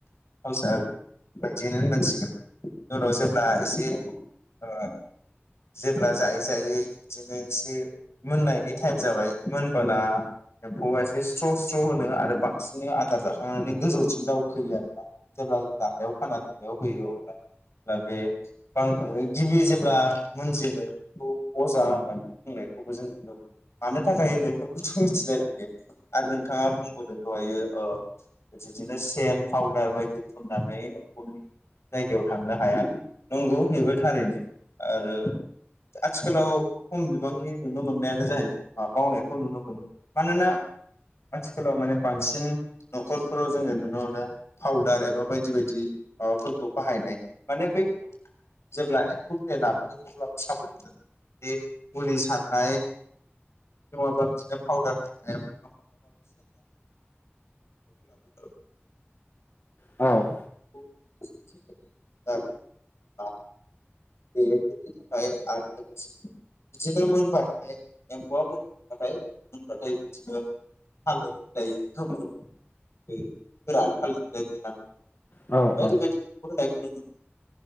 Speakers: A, on the left; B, on the left.
A: औ <unintelligible> बिदिनो होननांसिगोन उनाव जेब्ला इसे ओ जेब्ला जायै जायै बिदिनो इसे मोननायनि थाइम जाबाय मोनबोला एम्फौआ एसे स्र' स्र' होनो आरो बांसिनै आदार जाखांनानै गोजौथिं दाव खोयो आरोना जेब्ला दानदायाव खाना दोननायाव होयो अब्ला‌ दा बे बां गिबि जेब्ला मोनजेनो बेखौ अजा होननानै बुंनायखौबो जों नुनो मोनो। मानो थाखाय होनो बेखौथ' मिथिलायलांदिया आरो नोंथाङा बुंबावदों दहायो ओ <unintelligible> फाउदार बायदि फुननानै एम्फौनि जायगायाव थांनो हाया नंगौ बो थारैनो आरो आथिखालाव खम बिबांनि नुनो मोननायानो जाहैबाय मावनायखौ नुनो मोनो। मानोना आथिखालाव माने बांसिन न'खरफोराव जोङो नुनो मोनो। फाउदार एबा बायदि बायदि माबाफोरखौ बाहायनाय माने बै जेब्ला <unintelligible> लाबोगोन अब्लाबो साबोदान जानांगोन बे मुलि सारनाय। औ नङाबा बिदिनो पाउदार नांनायाबो <unintelligible>
B: औ
A: <unintelligible> <unintelligible> बिदिनो मोनबाथाय एम्फौआ मोनबाथाय मोनबाथाय बिदिनो थालिर बिलाइ गोमोन आरो गोरान थालिर बिलाइ
B: औ औ
A: गोरान